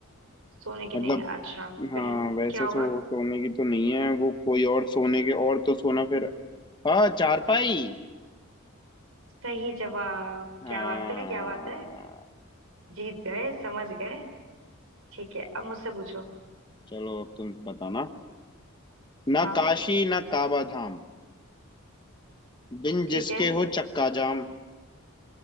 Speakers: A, on the right (about 85°); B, on the left (about 20°).
A: सोने की
B: मतलब
A: नहीं अच्छा
B: हाँ
A: फिर
B: वैसे
A: क्या होगा
B: सो सोने की तो नहीं है वो कोई और सोने के और तो सोना फिर हाँ चारपाई
A: सही जवाब
B: हाँ
A: क्या बात है क्या बात है जीत गए समझ गए ठीक है अब मुझसे पूछो
B: चलो अब तुम बताना ना
A: हाँ
B: काशी ना काबा धाम बिन
A: ठीक
B: जिसके
A: है
B: हो चक्का जाम